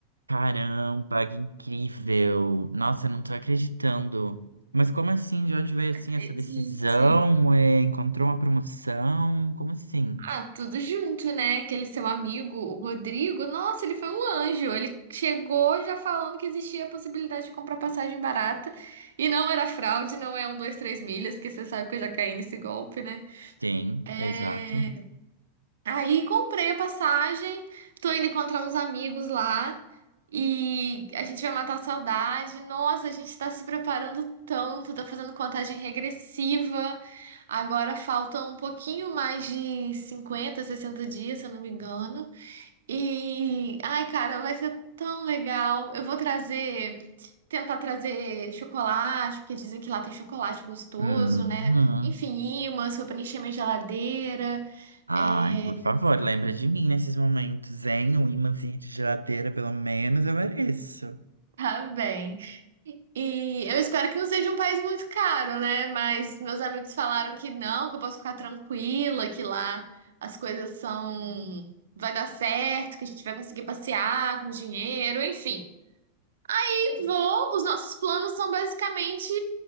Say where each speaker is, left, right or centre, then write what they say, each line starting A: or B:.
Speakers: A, on the right (about 80°); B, on the right (about 60°).
A: Caramba, que incrível. Nossa, eu não tô acreditando. Mas como assim? De onde veio assim
B: Acredite.
A: essa decisão? É, encontrou uma promoção? Como assim?
B: Ah, tudo junto, né? Aquele seu amigo, o Rodrigo, nossa, ele foi um anjo. Ele chegou já falando que existia a possibilidade de comprar passagem barata. E não era fraude, não é um, dois, três milhas, porque você sabe que eu já caí nesse golpe, né?
A: Tem.
B: É...
A: exato.
B: Aí comprei a passagem, tô indo encontrar uns amigos lá e a gente vai matar a saudade. Nossa, a gente tá se preparando tanto, tá fazendo contagem regressiva. Agora faltam um pouquinho mais de 50, 60 dias, se eu não me engano. E ai, cara, vai ser tão legal. Eu vou trazer, tentar trazer chocolate, porque dizem que lá tem chocolate gostoso,
A: Uhum.
B: né? Enfim, imãs pra preencher minha geladeira.
A: Ai,
B: É,
A: por favor, lembra de mim nesses momentos, hein? Um imãzinho de geladeira, pelo menos eu mereço.
B: Tá bem. E eu espero que não seja um país muito caro, né? Mas meus amigos falaram que não, que eu posso ficar tranquila, que lá as coisas são. Vai dar certo, que a gente vai conseguir passear com dinheiro, enfim. E vou, os nossos planos são basicamente